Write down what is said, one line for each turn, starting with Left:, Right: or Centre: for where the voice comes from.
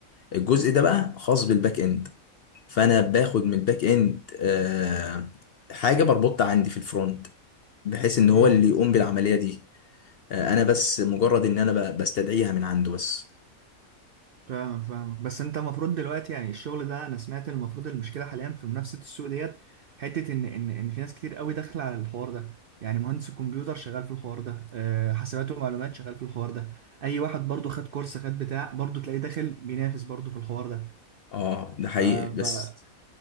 Left: الجزء ده بقى خاص بالباك اند فانا باخد من الباك اند آه، حاجة بربطها عندي في الفرونت بحيث ان
Right: امم
Left: هو اللي يقوم بالعملية دي آه، انا بس مجرد ان انا ب- بستدعيها من عنده بس
Right: فاهمك فاهمك بس انت المفروض دلوقتي يعني الشغل ده انا سمعت المفروض المشكله حاليا في منافسه السوق ديت حته ان ان ان في ناس كتير قوي داخله على الحوار ده يعني مهندس الكمبيوتر شغال في الحوار ده آه، حسابات ومعلومات شغال في الحوار ده اي واحد برضو خد كورس خد بتاع برضو تلاقيه داخل بينافس برضو في الحوار ده
Left: اه ده حقيقي
Right: ف...
Left: بس
Right: ف...